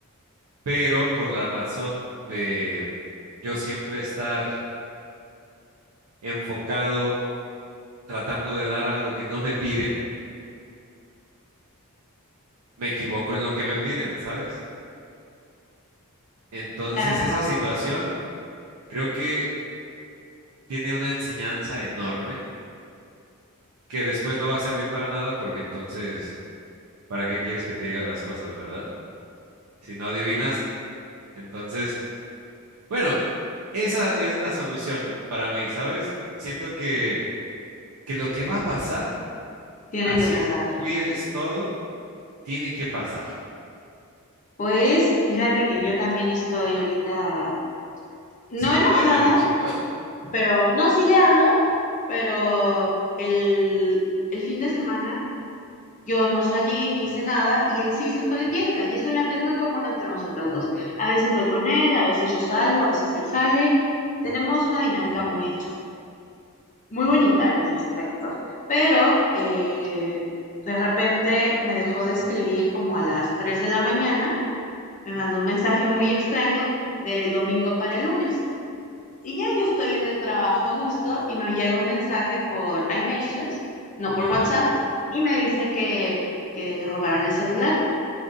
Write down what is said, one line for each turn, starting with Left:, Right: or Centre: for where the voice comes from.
Right: pero por la razón de yo siempre estar enfocado tratando de dar algo que no me piden, me equivoco en lo que me piden, ¿sabes? Entonces,
Left: Claro,
Right: esa situación creo que tiene una enseñanza enorme que después no va a servir para nada porque entonces, ¿para qué quieres que te diga las cosas, verdad? Si no adivinas, entonces, bueno, esa es la solución para mí, ¿sabes? Siento que, que lo que va a pasar,
Left: tiene
Right: así
Left: que pasar.
Right: cuides todo, tiene que pasar,
Left: Pues fíjate que yo también estoy ahorita, no
Right: sin hablarle
Left: enojada,
Right: a mi chico.
Left: pero no, sí le hablo, pero el, el fin de semana Yo no salí ni hice nada y él sí se fue de fiesta y eso era, es muy común entre nosotros dos. A veces voy con él, a veces yo salgo, a veces él sale. Tenemos una dinámica muy, muy bonita en ese aspecto, pero eh, de repente me dejó de escribir como a las 3 de la mañana, me mandó un mensaje muy extraño del domingo para el lunes. Y ya yo estoy en el trabajo a gusto y me llega un mensaje por iMessages, no por
Right: <laughs> Ajá.
Left: WhatsApp, y me dice que, que le robaron el celular